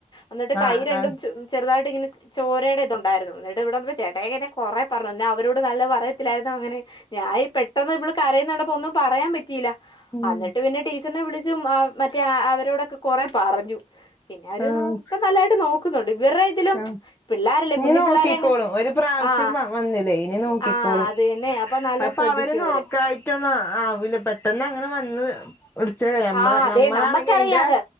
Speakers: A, on the left; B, on the left.
A: എന്നിട്ട് കൈ
B: ആഹ്
A: രണ്ടും
B: ആഹ്
A: ചെ ചെറുതായിട്ട് ട്ടി ഇങ്ങനെ ചോരയുടെ ഇതുണ്ടായിരുന്നു എന്നിട്ട് ഇവിടെ വന്നപ്പോ ചേട്ടായെന്നെ കൊറെ പറഞ്ഞു അവരോട് നല്ല പറയത്തില്ലായിരുന്നോ അങ്ങനെ ഞൻ ഈ പെട്ടെന്ന് ഇവള് കരയ്ന്നണ്ടപ്പോ ഒന്നും പറയാൻ പറ്റിയില്ല
B: ഉം
A: എന്നിട്ട് പിന്നെ ടീ അച്ഛനെ വിളിച്ചും മറ്റേ അവരോടൊക്കെ കൊറേ പറഞ്ഞു പിന്നെ അവരുന്നു
B: ആഹ്
A: ഇപ്പൊ നല്ലതായിട്ട് നോക്കുന്നുണ്ട് ഇവരുടെ ഇതിലും
B: ആഹ്
A: പിള്ളേരല്ലേ
B: ഇനി
A: കുഞ്ഞു
B: നോക്കിക്കോളും
A: പിള്ളേരെ അങ്ങനെ
B: ഒരു പ്രാവശ്യം
A: ആഹ്
B: വന്നില്ലേ ഇനി നോക്കിക്കോളും
A: ആഹ് അത് തന്നെ നല്ല
B: അപ്പൊ
A: ശ്രദ്ധിക്കും
B: അവര് നോക്കായിട്ടന്ന ആവൂല്ല പെട്ടെന്ന് അങ്ങനെ വന്ന് വിടിച്ചമ്മ
A: ആഹ് അതെ
B: നമ്മളാണെങ്കിൽ
A: നമ്മക്കറിയാം
B: അതിന്റെ
A: അത്